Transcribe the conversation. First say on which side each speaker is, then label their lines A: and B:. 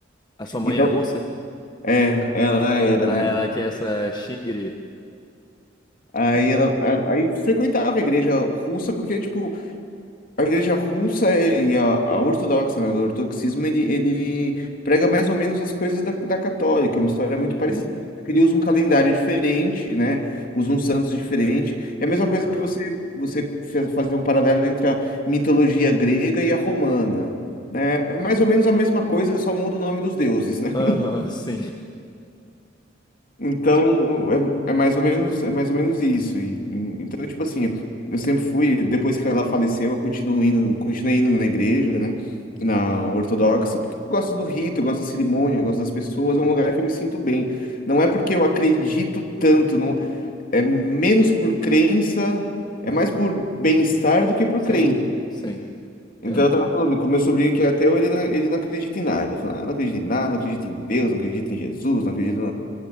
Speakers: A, on the left (about 20°); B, on the left (about 45°).
A: A sua mãe
B: Então,
A: é russa?
B: é, ela era,
A: Ah,
B: né?
A: ela
B: Ela-
A: que é essa Xingri.
B: Aí ela aí frequentava a igreja russa porque, tipo, A igreja russa é- e a, a ortodoxa, né? O ortodoxismo, ele, ele prega mais ou menos as coisas da, da católica, é uma história muito
A: Uhum.
B: parecida. só que Ele usa um calendário diferente, né? Usa um santos diferente. É a mesma coisa
A: ah.
B: que você, você fe- fazer um paralelo entre a mitologia grega e a romana, né? É mais ou menos a mesma coisa, só muda o nome dos deuses, né?
A: Aham, sim.
B: Então, é, é mais ou menos, é mais ou menos isso. E, e- então, tipo assim, eu sempre fui, depois que ela faleceu, eu continuo indo, continuei indo na igreja, né? Na ortodoxa, porque eu gosto do rito, eu gosto da cerimônia, eu gosto das pessoas, é um lugar que eu me sinto bem. Não é porque eu acredito tanto, não, é menos por crença, é mais por bem-estar do que por
A: Sim,
B: crença.
A: sim. Entendo.
B: Então, eu tava falando com meu sobrinho que é ateu, ele não, ele não acredita em nada. Eu falo, ah, não acredito em nada, não acredito em Deus, não acredito em Jesus, não acredito.